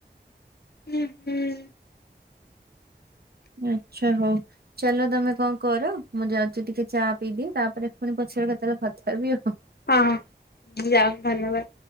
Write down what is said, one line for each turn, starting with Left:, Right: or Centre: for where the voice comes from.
Left: ଉଁ ହୁଁ।
Right: ଆଚ୍ଛା ହଉ। ଚାଲ ତମେ କଣ କର ମୁଁ ଯାଉଛି ଟିକେ ଚା ପିଇଦିଏ ତାପରେ ପୁଣି ପଛରେ କେତେବେଳେ କଥା ହେବି ଆଉ।
Left: ହଁ ହଁ ଯାଅ ଧନ୍ୟବାଦ।